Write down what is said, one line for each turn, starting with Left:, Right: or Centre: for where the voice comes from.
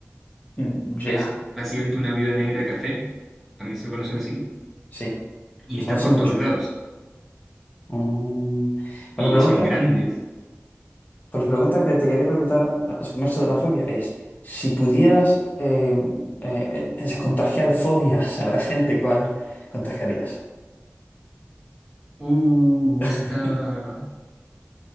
Left: Mm, Ya,
Centre: que es básicamente una viuda negra café, también se conocen así,
Left: sí,
Centre: y
Left: o
Centre: están
Left: sea, no sé
Centre: por
Left: mucho.
Centre: todos lados,
Left: Mm,
Centre: y,
Left: Pues la pregunta,
Centre: y son grandes.
Left: pues la pregunta que te quería preguntar eh, con esto de la fobia es, si pudieras eh, eh, eh, contagiar fobias a la gente, ¿cuál contagiarías?
Centre: Uh,
Left: <laughs>
Centre: está...